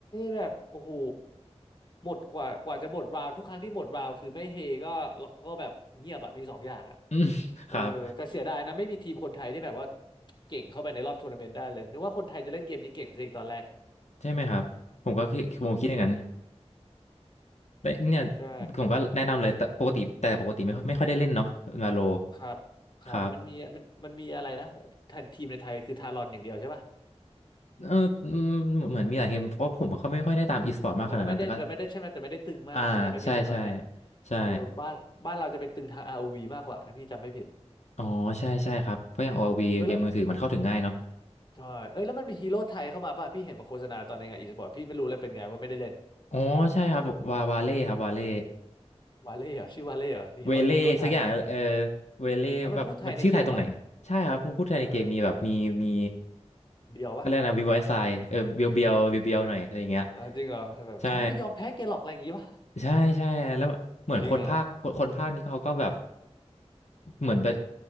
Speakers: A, on the left; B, on the left.
A: แบบโอ้โหหมดกว่ากว่าจะหมดราวทุกครั้งที่หมดราวคือไม่เฮก็ก็แบบเงียบอะมีสองอย่างอะ
B: อืมครับ
A: เออแต่เสียดายนะไม่มีทีมคนไทยที่แบบว่าเก่งเข้าไปในรอบทัวร์นาเมนต์ได้เลยนึกว่าคนไทยจะเล่นเกมนี้เก่งซะอีกตอนแรก
B: ใช่ไหมครับผมก็คิดผมคิดอย่างนั้น
A: อืม
B: แต่เนี่ย
A: ใช่
B: ผมก็แนะนำเลยแต่ปกติแต่ปกติไม่ค่อยไม่ค่อยได้เล่นเนาะมาโล
A: ครับครับมันมีมันมันมีอะไรนะทันทีมในไทยคือทารอนอย่างเดียวใช่ป่ะ
B: ครับ เอออืมเหมือนมีหลายเกมเพราะว่าผมก็ไม่ค่อยได้ตามอีสปอร์ตมากขนาดนั้นแต่ก็
A: แต่มันก็ไม่ได้แต่ไม่ได้ใช่ไหมแต่ไม่ได้ตึงมากถ้าจำไม่ผิดในะตอนเนี้ย
B: อ่าใช่ใช่ใช่
A: เออบ้านบ้านเราจะไปตึงทาง r o ีมากกว่าถ้าพี่จำไม่ผิด
B: อ๋อใช่ใช่ครับเพราะอย่าง OLV
A: เออแล้ว
B: เกมมือถือมันเข้าถึงง่ายเนาะ
A: แล้วใช่เอ้ยแล้วมันมีฮีโร่ไทยเข้ามาป่ะพี่เห็นมาโฆษณาตอนในงานอีสปอร์ตพี่ไม่รู้เลยเป็นไงว่าไม่ได้เล่น
B: อ๋อใช่ครับวาวาเล่ครับวาเล่
A: วาเล่เหรอชื่อวาเล่เหรอฮีโร่ฮีโร่ไทย
B: เวเล่สักอย่างเออเวเล่แบบมันชื่อไทยตรงไหนใช่ครับพูดไทยในเกมมีแบบมีมี
A: แล้วมันพูดไทยในเกมปะเออเบียวปะ
B: ก็เรียกนะวินไวซ์ไซเออเบียวเบียวเบียวเบียวๆหน่อยอะไรอย่างเงี้ย
A: เออจริงเหรอแต่แบบฉันจะไม่ยอมแพ้แกหรอกอะไรอย่างงี้ปะ
B: ใช่ ใช่ใช่แล้วเหมือนคนภาคคนภาคนี้เขาก็แบบ
A: <laughs> จริงเหรอ
B: เหมือนเป็น